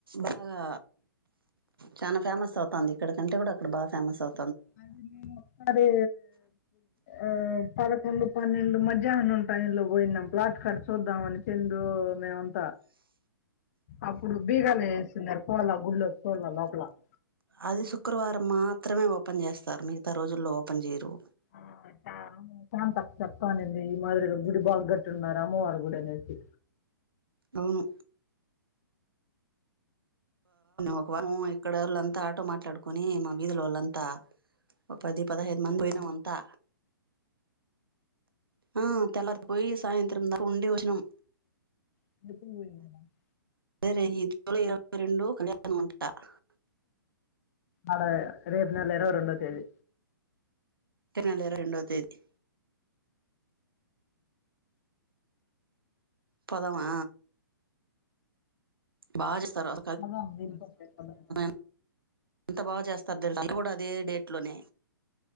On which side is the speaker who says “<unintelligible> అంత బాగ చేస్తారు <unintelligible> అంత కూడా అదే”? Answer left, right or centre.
Right